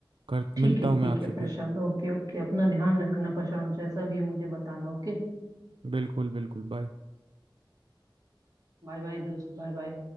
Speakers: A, on the right (about 85°); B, on the right (about 45°).
A: कर
B: ठीक
A: मिलता
B: है
A: हूँ
B: ठीक
A: मैं आपसे
B: है प्रशांत
A: फिर
B: ओके ओके अपना ध्यान रखना प्रशांत जैसा भी हो मुझे बताना ओके
A: बिल्कुल बिल्कुल बाय
B: बाय बाय दोस्त बाय बाय